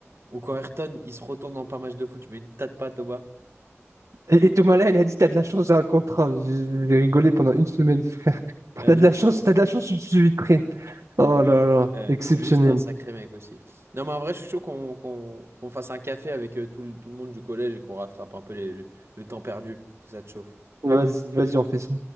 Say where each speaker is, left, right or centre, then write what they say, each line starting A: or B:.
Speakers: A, on the right; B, on the right.
A: Ou quand Ayrton, il se retourne dans plein match de foot, tu mets une tas de pattes au bas.
B: Et, et Thomas, là, elle a dit, t'as de la chance, j'ai un contrat. J'ai j'ai rigolé pendant une semaine. frère.
A: Ouais,
B: T'as
A: laisse
B: de la chance,
A: tomber.
B: t'as de la chance, je suis vitré. Oh
A: Ouais,
B: là là,
A: ouais.
B: exceptionnel.
A: Lui, c'était un sacré mec aussi. Non, mais en vrai, je suis chaud qu'on qu'on qu'on fasse un café avec euh, tout, le tout le monde du collège et qu'on rattrape un peu les- le, le temps perdu, si ça te chauffe.
B: Vas-y, vas-y, on fait ça.